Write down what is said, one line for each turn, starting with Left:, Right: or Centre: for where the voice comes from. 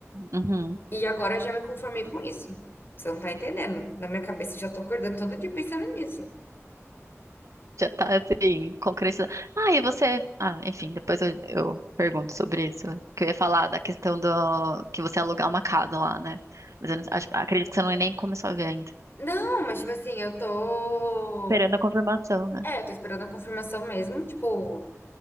Right: uhum.
Left: E agora eu já me conformei com isso. Você não tá entendendo. Na minha cabeça eu já tô acordando todo dia pensando nisso.
Right: Já tá assim, concretizado. Ah, e você. Ah, enfim, depois eu, eu pergunto sobre isso. Que eu ia falar da questão do que você alugar uma casa lá, né? Mas eu não, acho- acredito que você não nem começou a ver ainda.
Left: Não, mas tipo assim, eu tô.
Right: Esperando a confirmação, né?
Left: É, eu tô esperando a confirmação mesmo. Tipo,